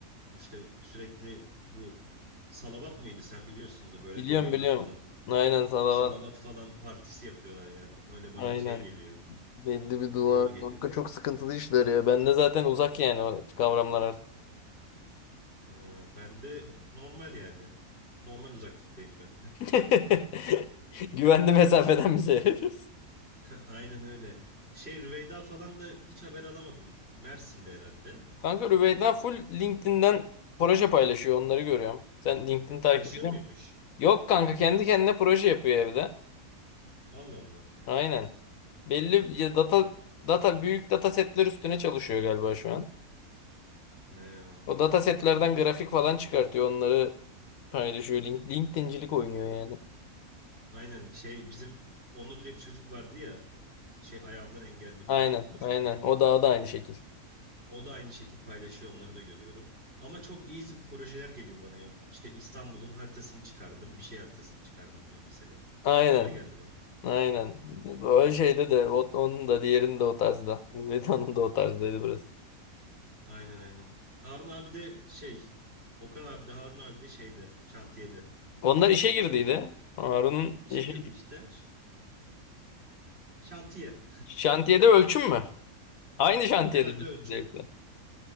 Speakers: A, on the right; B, on the left.
A: işte sürekli bu salavat mıydı sen biliyorsundur
B: <laughs>
A: böyle
B: Biliyorum
A: dönüyorlar
B: biliyorum.
A: falan.
B: Aynen salavat.
A: salavat falan partisi yapıyorlar yani. Öyle bana
B: Aynen.
A: şey geliyor.
B: Belli bir dua.
A: Zor geliyor.
B: Kanka çok sıkıntılı işler ya. Ben de zaten uzak yani o kavramlar artık.
A: Ee, ben de normal yani. Normal uzaklıktayım ben.
B: <laughs> Güvenli mesafeden mi seyrediyorsun?
A: <laughs> Aynen öyle. Şey Rüveyda falan da hiç haber alamadım. Mersin'de herhalde.
B: Kanka Rüveyda full LinkedIn'den proje paylaşıyor. Onları görüyorum. Sen LinkedIn takip
A: Çalışıyor
B: ediyor
A: muymuş?
B: musun? Yok kanka kendi kendine proje yapıyor evde.
A: Allah Allah.
B: Aynen. Belli ya data data büyük data setler üstüne çalışıyor galiba şu an.
A: Ne anladım.
B: O data setlerden
A: İyiymiş.
B: grafik falan çıkartıyor. Onları paylaşıyor. Link, LinkedIn'cilik oynuyor yani.
A: Aynen şey bizim Onur diye bir çocuk vardı ya. Şey ayağından engelli biliyorsundur.
B: Aynen, aynen. O daha da aynı şekil.
A: O da aynı şekil paylaşıyor onları da görüyorum. Ama çok easy projeler geliyor bana yok. İşte İstanbul'un haritasını çıkardım, bir şey haritasını çıkardım diyor mesela.
B: Aynen.
A: Çok kolay geldi bana.
B: Aynen. Öyle şeyde de o- onun da diğerinin de o tarzda. Veda'nın da o tarzdaydı burası.
A: Aynen aynen. Harun abi de şey, Okan abi de Harun abi de şeyde, şantiyede.
B: Onlar işe girdiydi. Harun'un
A: İşe
B: işe
A: girdi işte. ş- Şantiye.
B: şantiyede ölçüm mü? Aynı şantiyede
A: <laughs> Herhalde
B: mi ikiniz
A: ölçüm.
B: de yoksa?